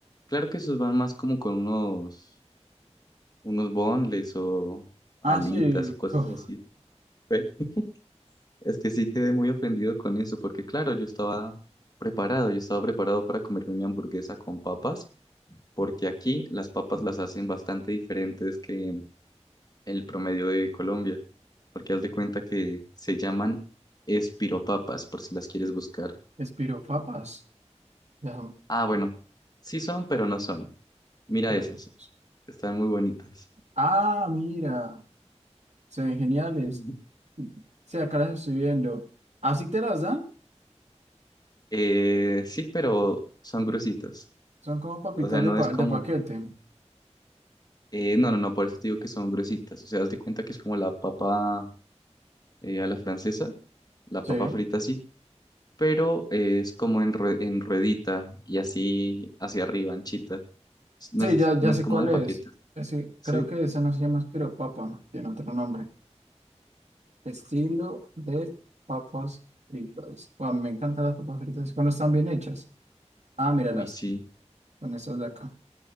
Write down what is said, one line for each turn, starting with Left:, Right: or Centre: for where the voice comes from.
Left: Claro que esos van más como con unos unos boneless o
Right: Ah,
Left: alitas
Right: sí,
Left: o cosas
Right: como...
Left: así. Ve, <laughs> Es que sí quedé muy ofendido con eso, porque claro, yo estaba preparado, yo estaba preparado para comerme mi hamburguesa con papas, porque aquí las papas las hacen bastante diferentes que el promedio de Colombia, porque haz de cuenta que se llaman espiropapas, por si las quieres buscar.
Right: Espiro papas. <laughs>
Left: Ah, bueno, sí son, pero no son. Mira
Right: Pero,
Left: esas,
Right: pues,
Left: están muy bonitas.
Right: Ah, mira, se ven geniales.
Left: <laughs>
Right: Sí, acá las estoy viendo. ¿Así te las dan?
Left: Eh, sí, pero son gruesitas.
Right: Son como papitas
Left: O sea, no
Right: de, pa-
Left: es como...
Right: de paquete.
Left: eh, no, no, no, por eso te digo que son gruesitas. O sea, haz de cuenta que es como la papa eh, a la francesa, la
Right: Sí,
Left: papa frita así, pero eh, es como en, rue- en ruedita y así hacia arriba, anchita. Es- No
Right: sí,
Left: es,
Right: ya, ya
Left: no
Right: sé
Left: es como
Right: cuál
Left: de
Right: es.
Left: paquetes,
Right: Ese-
Left: ¿sí?
Right: creo que esa no se llama espiropapa, tiene otro nombre. Estilo de papas fritas. Guau, me encantan las papas fritas cuando están bien hechas. Ah, míralas,
Left: Uy, sí.
Right: son esas de acá.